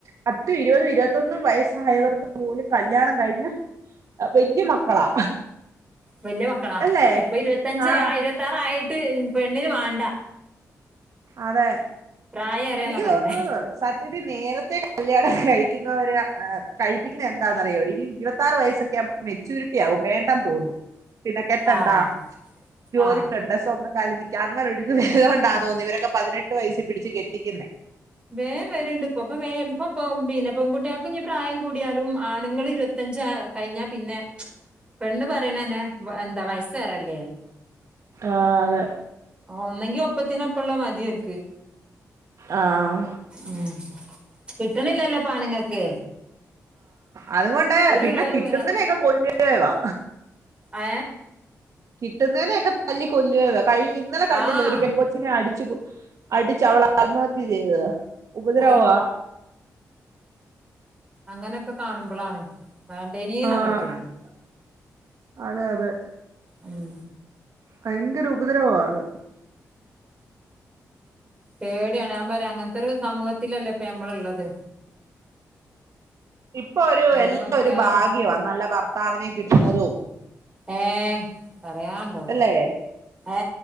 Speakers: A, on the right; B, on the right.
A: പത്ത് ഇരുപത് ഉം ഇരുപത്തൊന്നും. വയസ്സായവർക്ക് പോലും കല്യാണം കഴിഞ്ഞ വല്യ മക്കളാ.
B: വല്യ മക്കളാാണ്
A: അല്ലേ
B: ഇപ്പൊ ഇരുപത്തഞ്ച്
A: ആഹ്
B: ഇരുപത്തിയാറ്ആായിട്ട് പെണ്ണിന് വേണ്ട.
A: അതെ
B: പ്രായേറെന്നാ
A: എനിക്ക്
B: പറയണേ
A: തോന്നുന്നു സത്യത്തി നേരത്തെ. കഴിക്കുന്നവര് കഴിപ്പിക്കുന്ന എന്താണന്ന്റിയോ ഈ ഇരുപറ് വയസ്സ് ക്കെ. മെച്യൂരിറ്റി ആവും വേണ്ട തോന്നും പിന്നെ കെട്ടണ്ട
B: ആഹ്
A: ജോലികുണ്ട
B: ആഹ്
A: സ്വന്തം. അങ്ങനെ ഒരു ത് വരണ്ട തോന്നി ഇവരൊക്കെ പതിനെട്ട് വയസി പിടിച്ച് കെട്ടിക്കുന്നേ.
B: വേം വരുണ്ട് ഇപ്പൊ ഇപ്പ വ ഇപ്പ പിന്നെ പെൺകുട്ടാ ക്ഞ്ഞി. പ്രായം കൂടിയാലും ആണുങ്ങൾ ഇരുപത്തഞ്ച് കഴിഞ്ഞാ പിന്നെ. പെണ്ണ് പറയണന്നെ എന്താ വയ്സ്സ് റല്ലേന്ന്.
A: ആതെ
B: ഒന്നെങ്കി ഒപ്പത്തിനുപ്പള്ള തമതിോർക്ക്.
A: ആഹ്
B: ഉ കിട്ടണില്ലല്ലോ പൊആണുങ്ങൾക്ക്.
A: ആഅതുകൊണ്ട പിന്നെ
B: ഉള്ളോല്
A: കിട്ടുന്നതിനെൊക്കെ
B: വരെ
A: കൊല്ലവാ
B: അ
A: കിട്ടുന്നതിനെയ ഒക്കെ തല്ലി കൊല്ലുവ ഇന്നലെ കണ്ടില്ല
B: ആഹ്
A: ഒരു പെൺ കൊച്ചിനെ അടി അടിച്ച അവള ആത്മഹത്യ ചെയ്തത് ഉപദ്രവമാ
B: അത് അങ്ങനൊക്കെ കാണുമ്പോളാണ് വേണ്ടേനന്നൊക്കെ
A: ആഹ്
B: തോന്നും.
A: അതെ അതെ
B: ഉം
A: ഭയങ്കര ഉപദ്രവമാണ്
B: പേടിയാണ് ഞാൻ പറയാ അങ്ങനത്തെ ഒരു സമൂഹത്തിലല്ലേ ഇപ്പ നമ്മള് ഉള്ളത്.
A: ഇപ്പൊ ഒരു
B: എവിടെ
A: എല്ലാ
B: നോക്കിയാലും
A: ഒരു ഭാഗ്യമാണ് നല്ല ഭർത്താവിനെ കിട്ടുന്നതും.
B: ഏർ പറയാണ്ടോ
A: അല്ലേ
B: ഏ